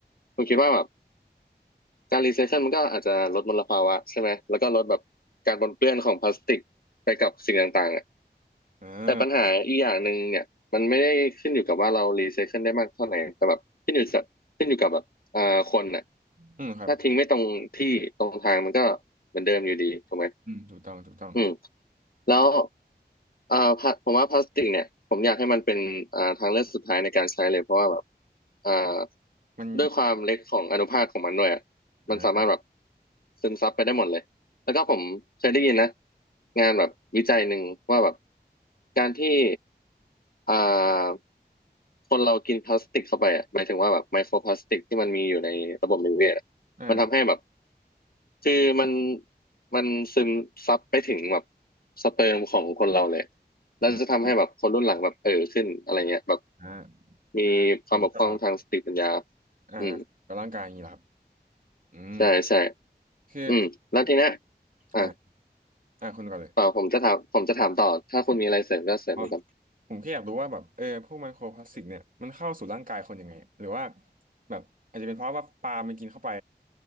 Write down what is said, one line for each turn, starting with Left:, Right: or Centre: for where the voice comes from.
Left: ผมคิดว่าแบบการรีไซเคิลมันก็อาจจะลดมลภาวะใช่ไหมแล้วก็ลดแบบการปนเปื้อนของพลาสติกไปกับสิ่งต่างๆอะ
Right: อ่า
Left: แต่ปัญหาอีกอย่างหนึ่งเนี่ยมันไม่ได้ขึ้นอยู่กับว่าเรารีไซเคิลได้มากเท่าไหร่แต่แบบขึ้นอยู่กับขึ้นอยู่กับแบบอ่าคนน่ะ
Right: อืมครับ
Left: ถ้าทิ้งไม่ตรงที่ตรงทางมันก็เหมือนเดิมอยู่ดีถูกไหม
Right: อืมถูกต้องถูกต้อง
Left: อืมแล้วอ่าพลาผมว่าพลาสติกเนี่ยผมอยากให้มันเป็นอ่าทางเลือกสุดท้ายในการใช้เลยเพราะว่าแบบอ่า
Right: มัน
Left: ด้วยความเล็กของอนุภาคของมันด้วยอะมันสามารถแบบ
Right: อ่า
Left: ซึมซับไปได้หมดเลยแล้วก็ผมเคยได้ยินนะงานแบบวิจัยหนึ่งว่าแบบการที่อ่าคนเรากินพลาสติกเข้าไปอะหมายถึงว่าแบบไมโครพลาสติกที่มันมีอยู่ในระบบนิเวศอะมันทำให้แบบ
Right: อ่าครับ
Left: คือมันมันซึมซับไปถึงแบบสเปิร์มของคนเราเลย แล้วจะทำให้แบบคนรุ่นหลังแบบเออขึ้นอะไรเงี้ยแบบ
Right: อืมอมอ่า
Left: มีความบกพร่องทางสติปัญญา
Right: มันก็อ่า
Left: อืม
Right: กับร่างกายอย่างนี้เหรอครับอืม
Left: ใช่ใช่
Right: คือ
Left: อืมแล้วทีเนี้ยอ่ะ
Right: อ่าอ่าคุณก่อนเลย
Left: ต่อผมจะถามผมจะถามต่อถ้าคุณมีอะไรเสริมก็เสริมมาก่อน
Right: อ๋อผมแค่อยากรู้ว่าแบบเออพวกไมโครพลาสติกเนี่ยมันเข้าสู่ร่างกายคนยังไงหรือว่าแบบอาจจะเป็นเพราะว่าปลามันกินเข้าไป